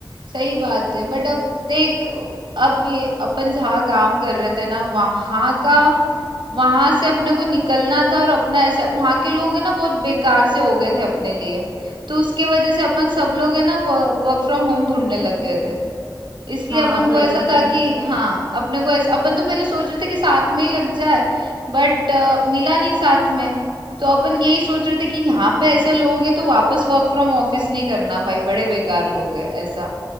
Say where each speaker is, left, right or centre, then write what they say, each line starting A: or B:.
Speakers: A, on the right; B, on the right.
A: सही बात है बट अब देख अब ये अपन जहाँ काम कर रहे थे ना वहाँ का वहां से अपने को निकलना था और अपना ऐसा वहां के लोग है ना बहुत बेकार से हो गए थे अपने लिए तो उसके वजह से अपन सब लोग है ना वर्क फ्रॉम होम ढूंढने लग गए थे इसलिए
B: हाँ
A: अपन
B: वही
A: को ऐसा था
B: कि
A: कि हाँ अपने को ऐसा अपन तो पहले सोच रहे थे कि साथ में ही लग जाए बट मिला नहीं साथ में तो अपन यही सोच रहे थे कि यहाँ पे ऐसे लोग हैं तो वापस वर्क फ्रॉम ऑफिस नहीं करना भाई बड़े बेकार लोग हैं ऐसा